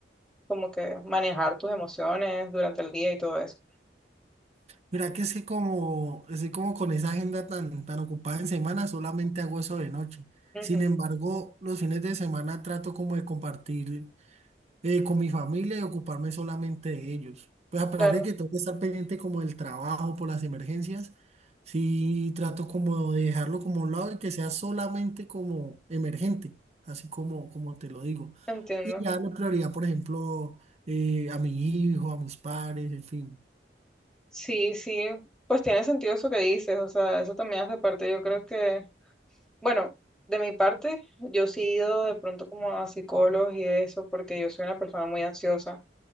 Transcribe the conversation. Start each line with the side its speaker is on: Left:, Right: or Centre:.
Centre: como que manejar tus emociones durante el día y todo eso?
Right: Mira que es que como, estoy como con esa agenda tan, tan ocupada en semana, solamente hago eso de noche.
Centre: Ujú,
Right: Sin embargo, los fines de semana trato como de compartir. eh, con mi familia y ocuparme solamente de ellos. Pues a pesar
Centre: claro,
Right: de que tengo que estar pendiente como del trabajo por las emergencias, sí trato como de dejarlo como a un lado y que sea solamente como emergente, así como, como te lo digo.
Centre: entiendo.
Right: Y ya la prioridad, por ejemplo, eh, a mi hijo, a mis padres, en fin.
Centre: Sí, sí, pues tiene sentido eso que dices, o sea, eso también hace parte, yo creo que Bueno, de mi parte, yo sí he ido de pronto como a psicólogos y eso, porque yo soy una persona muy ansiosa.